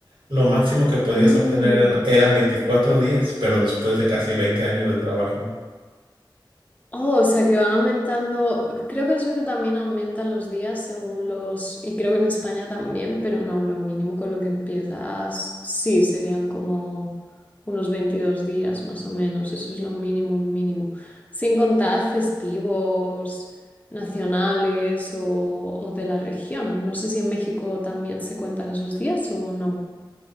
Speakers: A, on the right; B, on the left.
A: Lo máximo que podías
B: Mm.
A: obtener eran, eran 24 días, pero después de casi 20 años de trabajo.
B: Oh, o sea que van aumentando. Creo que en Suecia también aumentan los días según los. Y creo que en España también, pero no, lo mínimo con lo que empiezas, sí, serían como unos 22 días más o menos. Eso es lo mínimo, mínimo. Sin contar festivos nacionales o, o de la región. No sé si en México también se cuentan esos días o no.